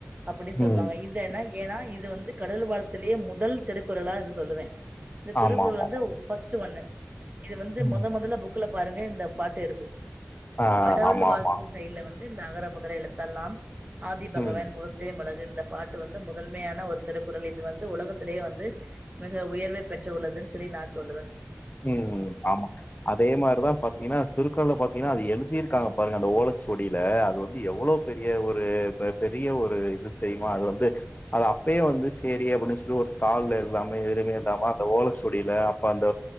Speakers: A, on the right; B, on the left.
A: அப்டி சொல்லுவாங்க
B: ம்
A: இது அனா ஏன்னா இது வந்து கடல் வாழ்த்துலேயே முதல் திருக்குறளா இது சொல்லுவே இந்த திருக்குறள்
B: ஆமா ஆமா
A: வந்து
B: ஆமா
A: ஃபர்ஸ்ட்டு ஒன்னு இது வந்து
B: ம்
A: முதல் முதல்ல புக்ல பாருங்க இந்த பாட்டு இருக்கு
B: ஆ
A: கடவுள்
B: ஆமா
A: வாழ்த்து
B: ஆமா
A: செய்யுள்ல வந் து இந்த அகர முதல எழுத்தெல்லாம் ஆதி பகவன்
B: ம்
A: முக ற்றே முளகு இந்த பாட்டு வந்து முதன்மையான ஒரு திருக்குறள் இது வந்து உலகத்திலேயே வந்து மிக உயர்வை பெற்று உள்ளதுனு சொல்லி நா சொல்லுவே
B: ம் ம் ஆமா அதே மாரிதா பாத்திங்கன்னா திருக்குறள்ல பாத்திங்கன்னா அது எழுதி இருக்காங்க பாருங்க அந்த ஓலச்சுவடில அது வந்து எவ்வளோ பெரிய ஒரு பெ பெரிய ஒரு இது தெரியுமா அது வந்து அது அப்பயே வந்து சேரி அப்டின்னு சொல்லி ஒரு ஸ்தால்ல எல்லாமே எழுதி தாமா அந்த ஓலச்சுவடில அப்ப அந்த